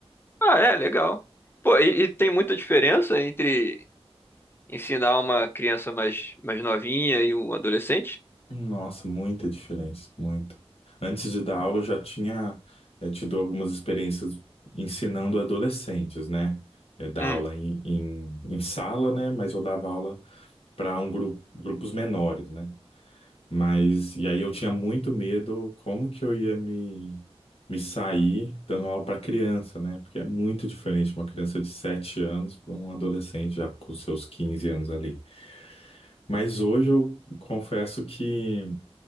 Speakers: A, on the left; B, on the left.
A: Ah, é, legal. Pô, e, e tem muita diferença entre ensinar uma criança mais, mais novinha e um adolescente?
B: Nossa, muita diferença, muita. Antes de dar aula, eu já tinha eh, tido algumas experiências ensinando adolescentes, né? Eh, dar
A: Hum.
B: aula em, em, em sala, né? Mas eu dava aula para um grupo, grupos menores, né? Mas, e aí eu tinha muito medo como que eu ia me, me sair dando aula para criança, né? Porque é muito diferente uma criança de 7 anos para um adolescente já com seus 15 anos ali. Mas hoje eu confesso que,